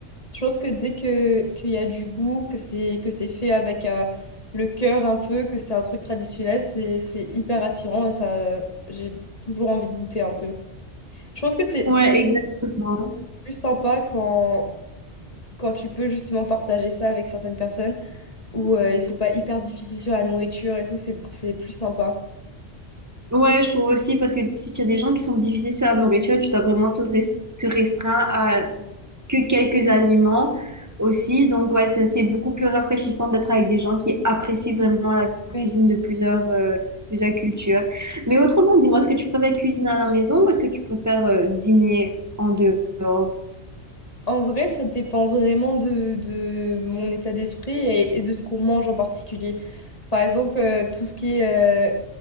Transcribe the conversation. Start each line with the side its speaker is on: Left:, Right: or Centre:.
Left: Je pense que dès que qu'il y a du goût, que c'est que c'est fait avec euh, le cœur un peu, que c'est un truc traditionnel, c'est c'est hyper attirant et ça j'ai toujours envie de goûter un peu. Je pense que c'est
Right: Ouais,
Left: c'est
Right: exactement.
Left: plus sympa quand quand tu peux justement partager ça avec certaines personnes où euh, ils sont pas hyper difficiles sur la nourriture et tout, c'est c'est plus sympa.
Right: Ouais, je trouve aussi, parce que si tu as des gens qui sont difficiles sur la nourriture, tu dois vraiment te, res- te restreindre à que quelques aliments aussi. Donc, ouais, ça, c'est beaucoup plus rafraîchissant d'être avec des gens qui apprécient vraiment la
Left: Ouais.
Right: cuisine de plusieurs, euh, plusieurs cultures. Mais autrement, dis-moi, est-ce que tu préfères cuisiner à la maison ou est-ce que tu préfères euh, dîner en dehors?
Left: En vrai, ça dépend vraiment de, de mon état d'esprit et, et de ce qu'on mange en particulier. Par exemple, euh, tout ce qui est... euh,